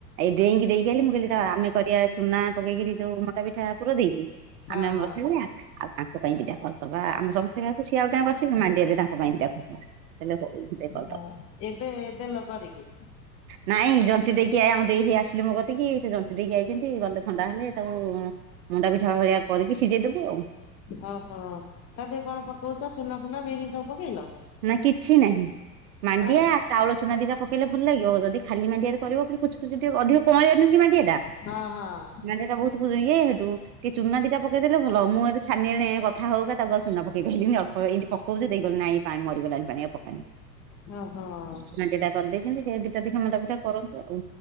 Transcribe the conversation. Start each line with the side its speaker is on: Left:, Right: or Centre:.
Right: ଏଇ ଦେଇଙ୍କି ଦେଇକି ଆଇଲି ମୁଁ କହିଲି ତ ଆମେ କରିବା ଚୁନା ପକେଇକି ଯୋଉ ମଣ୍ଡା ପିଠା ପୁରା ଦେଇକି।
Left: ହଁ
Right: ଆମେ ଆମର
Left: ହଁ।
Right: ଖାଇବା ଆଉ ତାଙ୍କ ପାଇଁ ଦିଟା କରିଦବା ଆମେ ସମସ୍ତେ ଗାହାକୁ ସିଏ ଆଉ ଗାଁ ବସିବେ ମାଣ୍ଡିଆରେ ତାଙ୍କ ପାଇଁ ଦିଟା କରିଦବା। ହେଲେ ହଉ ଦେଖ।
Left: ହଁ ଏବେ ଦେଲ କରିକି?
Right: ନାଇଁ ଜନ୍ତି ଦେଇକି ଆ ଆମ ଦେଇ ହେ ଆସିଲେ ମୋ କତିକି ସେ ଜନ୍ତି ଦେଇକି ଆଇଛନ୍ତି ଗଲେ ଥଣ୍ଡା ହେଲେ ତାକୁ ମଣ୍ଡା ପିଠା ଭଳିଆ କରିକି ସିଝେଇଦବୁ ଆଉ।
Left: ଓହୋ ତାଆଦେହ କଣ ପକଉଛ ଚୁନା ଫୁନା ବିରି ସବୁ ପକେଇଲ?
Right: ନା କିଛି ନାହିଁ ମାଣ୍ଡିଆ
Left: ଆଉ
Right: ଚାଉଳ ଚୁନା ଦିଟା ପକେଇଲେ ଭଲ ଲାଗିବ ଯଦି ଖାଲି ମାଡିଆରେ କରିବ ଖୁଚୁ ଖୁଚ ଟିକେ ଅଧିକ କଁଳିଆ ନୁହଁ କି ମାଣ୍ଡିଆ ଟା?
Left: ହଁ ହଁ।
Right: ନାଡିଟ ବହୁତ ପୁ ଇଏ ହେଠୁ କି ଚୁନା ଦିଟା ପକେଇ ଦେଲେ ଭଲ ହବ, ମୁଁ ଏ ଛାନିରେ କଥା ହଉକା ତାକୁ ଆଉ ଚୁନା ପକେଇ ପାଇଲିନି ଅଳ୍ପ ଏମି ପଉଛି ଦେଇଗଲେ ନାଇଁ। ପାଣି ମରିଗଲଣି ପାଣି ଆଉ ପକାନି।
Left: ଓ ହୋ।
Right: ସୁନା ଦିଟା କରିଦେଇଛନ୍ତି ସେ ଦିଟା ଦିଖା ମଣ୍ଡା ପିଠା କରନ୍ତୁ ଆଉ।